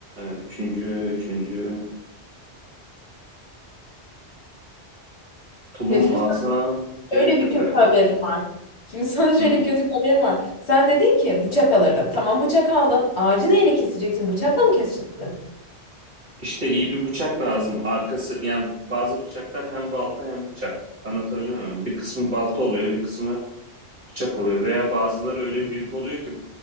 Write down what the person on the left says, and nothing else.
Ya şimdi
sana
böyle bir
kötü
haberim var. Şimdi sana şöyle
bir kötü bir haberim var. Sen dedin ki bıçak alırdım. Tamam bıçak aldın. Ağacı neyle keseceksin? Bıçakla mı keseceksin?